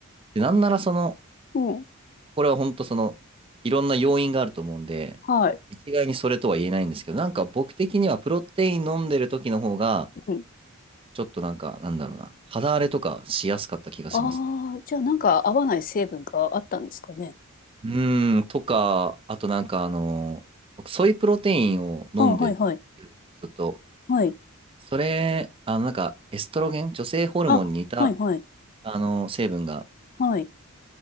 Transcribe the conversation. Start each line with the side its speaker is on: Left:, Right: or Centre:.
Right: で、なんならその、
Left: うん。
Right: これは本当その、いろんな要因があると思うんで、
Left: はい。
Right: 一概にそれとは言えないんですけど、なんか僕的にはプロテイン飲んでる時の方が、
Left: うん。
Right: ちょっとなんか、なんだろうな、肌荒れとかしやすかった気がしますね。
Left: ああ、じゃあなんか合わない成分があったんですかね。
Right: うーん、とか、あとなんかあの、僕ソイプロテインを飲んでるんですけど、
Left: あ、はいはい。
Right: ずっと、
Left: はい。
Right: それ、あのなんか、エストロゲン、女性ホルモンに似た、
Left: あ、はいはい。
Right: あの、成分が、
Left: はい。